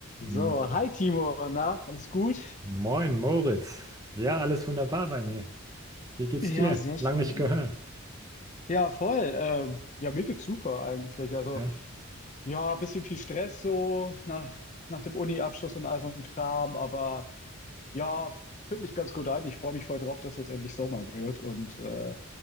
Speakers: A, on the right; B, on the left.
A: M-
B: So, hi Timo, na, alles gut?
A: Moin, Moritz. Ja, alles wunderbar bei mir. Wie geht's
B: Ja,
A: dir?
B: sehr schön.
A: Lang nicht gehört.
B: Ja, voll. Ähm, ja, mir geht's super eigentlich. Also,
A: Ja,
B: ja, ein bisschen viel Stress so nach, nach dem Uni-Abschluss und all so ein Kram, aber ja, fühlt mich ganz gut ein. Ich freue mich voll drauf, dass jetzt endlich Sommer wird und äh,